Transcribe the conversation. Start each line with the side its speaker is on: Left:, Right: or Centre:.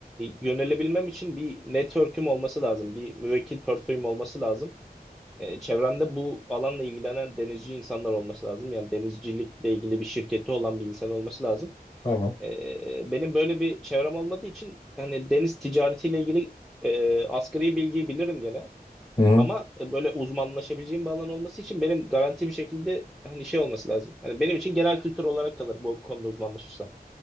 Centre: yönelebilmem için bir network'üm olması lazım. Bir müvekkil portföyüm olması lazım. E, çevremde bu alanla ilgilenen denizci insanlar olması lazım. Yani denizcilikle ilgili bir şirketi olan bir insan olması lazım.
Left: Tamam.
Centre: E, benim böyle bir çevrem olmadığı için hani deniz ticaretiyle ilgili e, asgari bilgiyi bilirim gene.
Left: Hı hı.
Centre: Ama e, böyle uzmanlaşabileceğim bir alan olması için benim garanti bir şekilde hani şey olması lazım. Hani benim için genel kültür olarak kalır bu konuda uzmanlaşırsam.